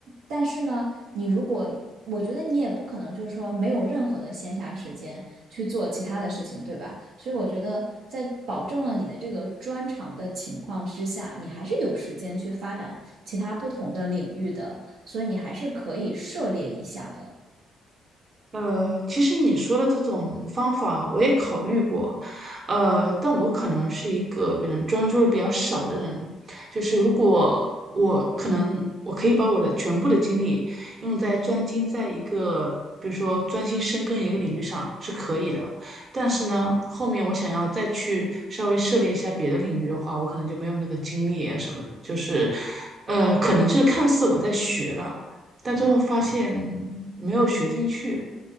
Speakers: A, on the right; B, on the right.
A: 但是呢，你如果我觉得你也不可能就是说没有任何的闲暇时间去做其他的事情，对吧？所以我觉得在保证了你的这个专长的情况之下，你还是有时间去发展其他不同的领域的，所以你还是可以涉猎一下的。
B: 呃，其实你说的这种方法我也考虑过，呃，但我可能是一个别人专注力比较少的人，就是如果我可能我可以把我的全部的精力用在专精在一个，比如说专心深耕一个领域上是可以的，但是呢，后面我想要再去稍微涉猎一下别的领域的话，我可能就没有那个精力啊什么的，就是，呃，可能就是看似我在学了。但最后发现没有学进去，